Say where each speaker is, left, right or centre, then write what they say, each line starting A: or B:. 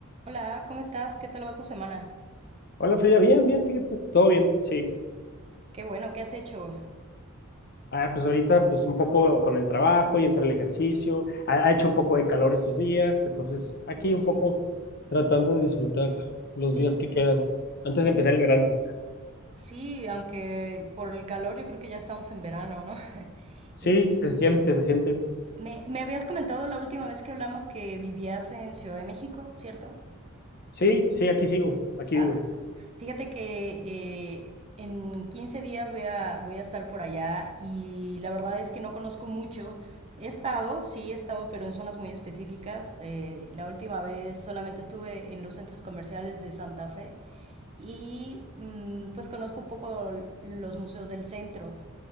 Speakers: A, on the right; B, on the left.
A: Hola, ¿cómo estás? ¿Qué tal va tu semana?
B: Hola Frida, bien, bien, fíjate, todo bien, sí.
A: Qué bueno, ¿qué has hecho?
B: Ah, pues ahorita pues un poco con el trabajo y entre el ejercicio, ha, ha hecho un poco de calor estos días, entonces aquí
A: Uy,
B: un
A: sí.
B: poco tratando de disfrutar los
A: Sí,
B: días que quedan antes de
A: eh,
B: empezar el verano.
A: sí, aunque por el calor yo creo que ya estamos en verano, ¿no? <laughs>
B: Sí,
A: Y
B: se siente, se siente.
A: me, me habías comentado la última vez que hablamos que vivías en Ciudad de México, ¿cierto?
B: Sí, sí, aquí sigo, aquí
A: Ah,
B: vivo.
A: fíjate que eh, en 15 días voy a, voy a estar por allá y la verdad es que no conozco mucho. He estado, sí, he estado, pero en zonas muy específicas. Eh, la última vez solamente estuve en los centros comerciales de Santa Fe y mm, pues conozco un poco los museos del centro.